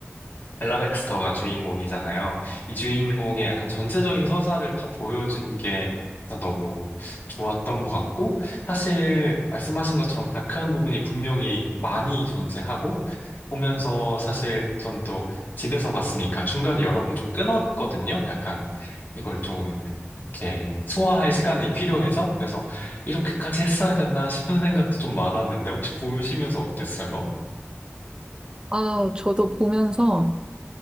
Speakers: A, on the left; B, on the right.
A: 벨라 백스터가 주인공이잖아요. 이 주인공의 약간 전체적인 서사를 다 보여준 게 일단 너무 좋았던 것 같고, 사실 말씀하신 것처럼 다크한 부분이 분명히 많이 존재하고, 보면서 사실 전 또 집에서 봤으니까 중간에 여러 번 좀 끊었거든요. 약간 이걸 좀 이렇게 소화할 시간이 필요해서. 그래서 이렇게까지 했어야 됐나 싶은 생각도 좀 많았는데, 혹시 보시면서 어땠어요?
B: 아, 저도 보면서